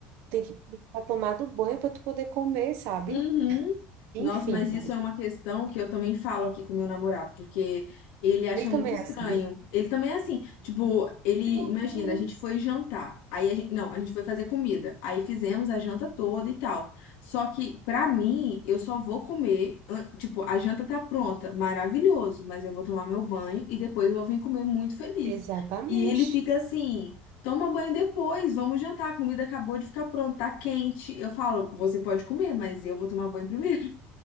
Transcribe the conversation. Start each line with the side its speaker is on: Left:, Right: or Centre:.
Right: Tem que tomar do banho para tu poder comer, sabe?
Left: Uhum.
Right: Enfim,
Left: Nossa, mas isso é uma questão que eu também falo aqui com meu namorado, porque ele acha
Right: ele também
Left: muito estranho.
Right: é assim.
Left: Ele também é assim, tipo, ele
Right: Que loucura!
Left: imagina, a gente foi jantar, aí a gente, não, a gente foi fazer comida, aí fizemos a janta toda e tal. Só que pra mim, eu só vou comer, an- tipo, a janta tá pronta, maravilhoso, mas eu vou tomar meu banho e depois eu vou vir comer muito feliz.
Right: Exatamente.
Left: E ele fica assim, Toma banho depois, vamos jantar. A comida acabou de ficar pronta, tá quente. Eu falo, você pode comer, mas eu vou tomar banho primeiro.